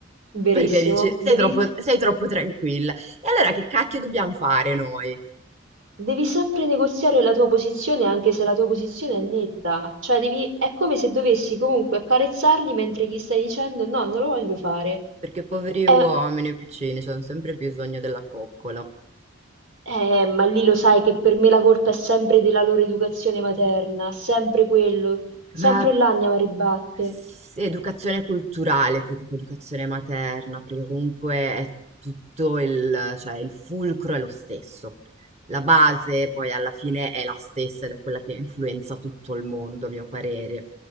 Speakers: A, on the right; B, on the right.
A: Verissimo.
B: Perché dici,
A: Devi,
B: sei troppo, sei troppo tranquilla. E allora che cacchio dobbiamo fare noi?
A: Devi sempre negoziare la tua posizione anche se la tua posizione è netta, cioè devi, è come se dovessi comunque accarezzarli mentre gli stai dicendo no, non lo voglio fare.
B: Perché poveri
A: Eh,
B: uomini piccini, hanno sempre bisogno della coccola.
A: eh, ma lì lo sai che per me la colpa è sempre della loro educazione materna, sempre quello, sempre
B: Ma
A: là andiamo a ribatte.
B: s- educazione culturale più che educazione materna, perché comunque è tutto il, cioè il fulcro è lo stesso. La base poi alla fine è la stessa ed è quella che influenza tutto il mondo, a mio parere,